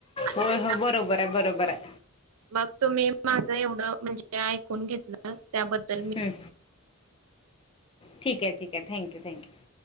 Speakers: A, on the right; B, on the left.
A: असं
B: हो हो बरोबर आहे बरोबर आहे
A: मग तुम्ही माझं एवढं म्हणजे ऐकून घेतलं त्याबद्दल मी
B: हम्म. ठीक आहे ठीक आहे थँक्यू थँक्यू